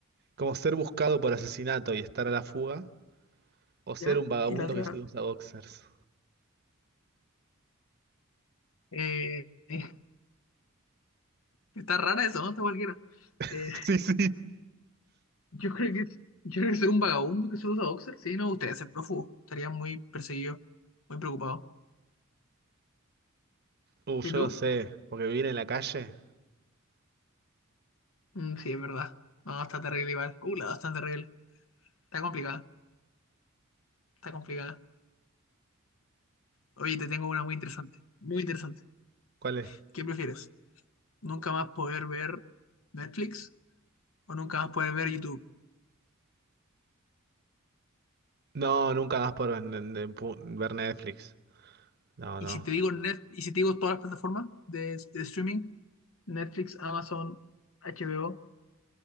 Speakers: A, on the right (about 50°); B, on the left (about 75°).
A: Como ser buscado por asesinato y estar a la fuga. ¿O ser
B: ¿Ya?
A: un vagabundo
B: Y la otra.
A: que solo usa boxers?
B: Eh, <laughs> Está rara eso, ¿no? Está cualquiera.
A: <laughs>
B: Eh,
A: Sí, sí.
B: <laughs> yo creo que, yo creo que ser un vagabundo que solo usa boxer, sí, no me gustaría ser prófugo. Estaría muy perseguido, muy preocupado.
A: Uh, yo
B: ¿Y tú?
A: no sé, porque vivir en la calle,
B: Mm, sí, es verdad. No, está terrible igual. Uh, la dos está terrible. Está complicada, está complicada. Oye, te tengo una muy interesante, muy interesante.
A: ¿cuál es?
B: ¿Qué prefieres? ¿Nunca más poder ver Netflix o nunca más poder ver YouTube?
A: No, nunca más por ven- ver Netflix. No,
B: Y
A: no.
B: si te digo net, y si te digo todas las plataformas de, de streaming, Netflix, Amazon, HBO